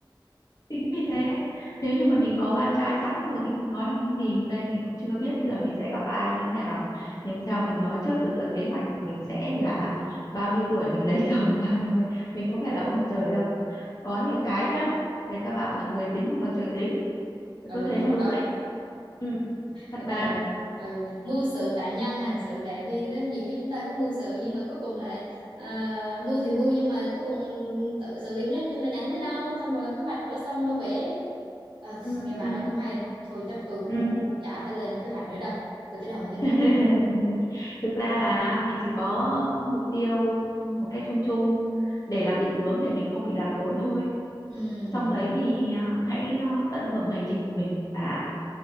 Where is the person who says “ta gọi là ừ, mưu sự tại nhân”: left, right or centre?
Right